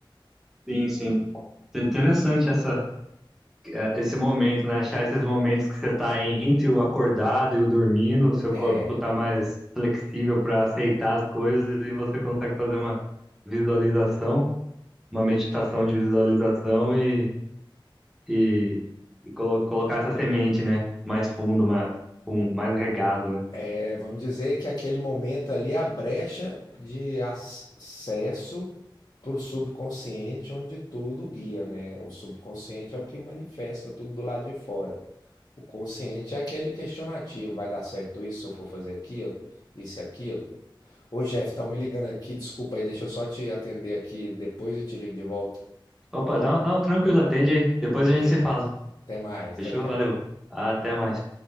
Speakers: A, in the centre; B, on the left.
A: sim, sim. Te- Interessante essa, é, esse momento, né? Achar esses momentos que você tá entre o acordado e o dormindo, o seu
B: É,
A: corpo tá mais flexível para aceitar as coisas e você consegue fazer uma visualização, uma meditação de visualização e, e, e colo- colocar essa semente, né? Mais fundo, mais, mais regado, né?
B: é, vamos dizer que aquele momento ali é a brecha de ac- acesso para o subconsciente, onde tudo guia, né? O subconsciente é o que manifesta tudo do lado de fora. O consciente é aquele questionativo, vai dar certo isso se eu for fazer aquilo, isso e aquilo. Ô, Jeff, estão me ligando aqui, desculpa aí, deixa eu só te atender aqui depois e te ligo de volta.
A: Opa, não, não, tranquilo, atende aí. Depois a gente
B: Beleza.
A: se fala.
B: Até mais,
A: Fechou?
B: até daqui a
A: Valeu.
B: pouco.
A: Até mais.